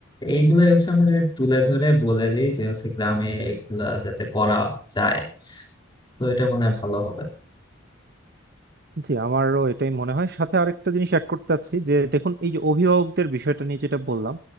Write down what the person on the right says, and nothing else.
জি আমারও এটাই মনে হয় সাথে আরেকটা জিনিস অ্যাড করতে চাচ্ছি যে দেখুন এই যে অভিভাবকদের বিষয়টা নিয়ে যেটা বললাম